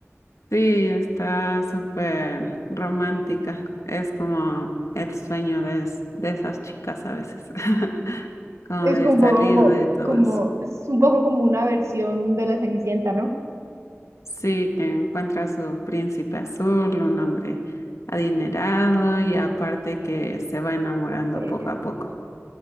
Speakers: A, on the left; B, on the right.
A: Sí, está súper romántica. Es como el sueño de, es- de esas chicas a veces, <laughs> como
B: Es
A: de
B: como
A: salir
B: un poco como,
A: de todo
B: como,
A: eso.
B: es un poco como una versión de la Cenicienta, ¿no?
A: Sí, que encuentra a su príncipe azul, un hombre adinerado y aparte que se va enamorando
B: Eh,
A: poco a poco.